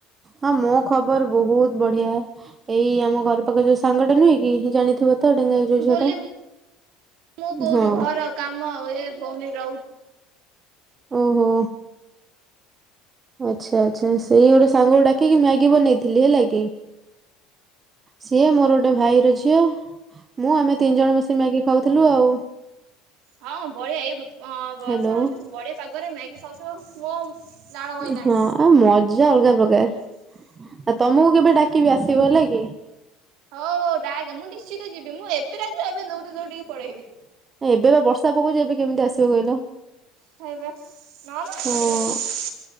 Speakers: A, on the right (about 30°); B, on the right (about 60°).
A: ହଁ ମୋ ଖବର ବହୁତ ବଢିଆ। ଏଇ ଆମ ଘର ପାଖରେ ଯୋଉ ସାଙ୍ଗଟ ନୁହେଁ କି ଜାଣିଥିବ ତ ଡେଙ୍ଗାଇ ଯୋଉ ଝିଅଟା
B: ବୋଲି ମୁଁ କୋଉଠି
A: ହଁ।
B: ଘର କାମ ଏ ବ ର
A: ଓହୋ ଆଚ୍ଛା ଆଚ୍ଛା ସେଇ ଗୋଟେ ସାଙ୍ଗକୁ ଡାକିକି ମ୍ୟାଗି ବନେଇଥିଲି ହେଲା କି ସିଏ ମୋର ଗୋଟେ ଭାଇର ଝିଅ। ମୁଁ ଆମେ ତିନି ଜଣ ବସେଇ ମକି ଖାଉଥିଲୁ ଆଉ।
B: ହଁ ବଢିଆ ଏଇ ବର୍ଷା
A: ହ୍ୟାଲୋ
B: ହଉଛି ବଢିଆ ପାଗରେ ମ୍ୟାଗି ଖାଉଛୁ ମୋ ଲାଳ ବହିଲାଣି
A: ହଁ ଆ ମଜା ଅଲଗା ପ୍ରକାର ଆଉ ତମକୁ କେବେ ଡାକିବି ଆସିବ ହେଲା। ଏ
B: ହଁ ହଉ ଡାକେ ମୁଁ ନିଶ୍ଚିତ ଯିବି ମୁଁ ଏବେ ଡାକିଲେ ଏବେ ଦୋଉଡି ଦଉଡ଼ିକି ପଲେଈବି
A: ଏବେ ବା ବର୍ଷା ପକଉଛି ଏବେ କେମିତି ଆସିବ କହିଲ।
B: ଖାଇବା ନହେଲେ ପଳେଇ
A: ହଁ
B: ଯାଇଥାନ୍ତି